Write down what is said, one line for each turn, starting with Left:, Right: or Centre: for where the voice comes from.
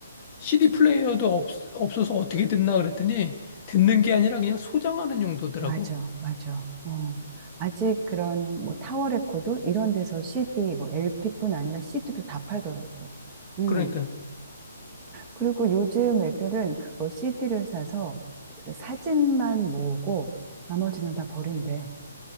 Left: CD 플레이어도 없, 없어서 어떻게 듣나 그랬더니 듣는 게 아니라 그냥 소장하는 용도더라고.
Right: 맞아 맞아. 어 아직 그런 뭐 타워 레코드 이런 데서 CD 뭐 LP뿐 아니라 CD도 다 팔더라고. 음
Left: 그러니까,
Right: 그리고 요즘 애들은 그거 CD를 사서 그 사진만 모으고 나머지는 다 버린대.